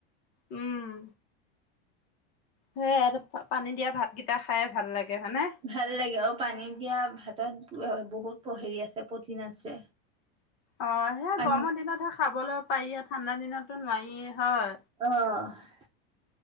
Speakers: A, on the left; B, on the right.
A: উম। সে পানী দিয়া ভাতকেইটা খাই ভাল লাগে। হয়নে
B: ভাল লাগে অ'। পানী দিয়া ভাতত বহুত হেৰি আছে পঠিন আছে।
A: অ', সেয়া
B: পানী
A: গৰমৰ দিনতে খাবলৈ পাৰি ঠাণ্ডা দিনতো নোৱাৰিয়ে।
B: অ'।
A: হয়